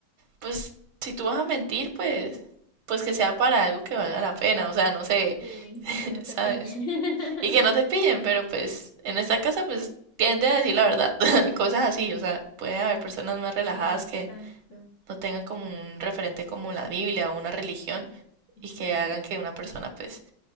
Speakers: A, on the right; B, on the left.
A: pues, si tú vas a mentir, pues, pues que sea para algo que valga la pena. O sea, no sé.
B: sí, que no
A: ¿sabes?
B: te pillen. <laughs>
A: Y que no te pillen, pero pues en esta casa pues tiende a decir la verdad, <laughs> cosas así, o sea, puede haber personas más relajadas
B: Sí,
A: que
B: exacto.
A: no tengan como un referente como la Biblia o una religión
B: Ujú.
A: y que hagan que una persona pues,